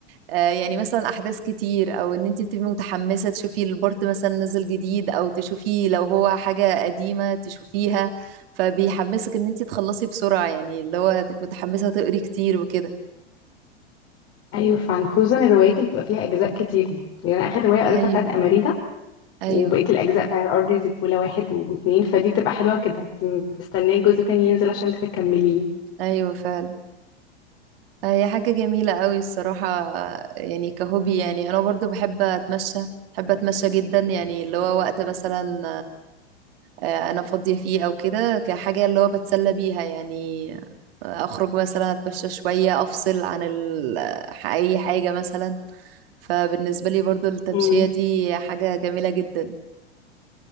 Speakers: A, on the right (about 60°); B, on the left (about 40°).
A: آه، يعني مثلا احداث كتير او ان انت تبقي متحمسه تشوفي البورت مثلا نزل جديد او تشوفي لو هو حاجه قديمه تشوفيها فبيحمسك ان انت تخلصي بسرعه يعني اللي هو تبقي متحمسه تقري كتير وكده
B: ايوه فعلا خصوصا الروايات اللي بتبقى فيها اجزاء كتير دي يعني انا اخر رواية قريتها
A: ايوه
B: بتاعت اماريتا
A: ايوه
B: وبقيت الاجزاء بتاعت ارض زيكولا واحد واتنين فدي بتبقى حلوة كده انت مستنية الجزء التاني ينزل عشان تكمليه
A: ايوه فعلا آه، هي حاجه جميله قوي الصراحه يعني كهوبي يعني انا برضو بحب اتمشى بحب اتمشى جدا يعني اللي هو وقت مثلا آه، انا فاضية فيه او كده كحاجة اللي هو بتسلى بيها يعني آه، اخرج مثلا اتمشى شوية افصل عن ال... آه، اي حاجة مثلا فبالنسبة لي برضو التمشية
B: امم
A: دي حاجة جميلة جدا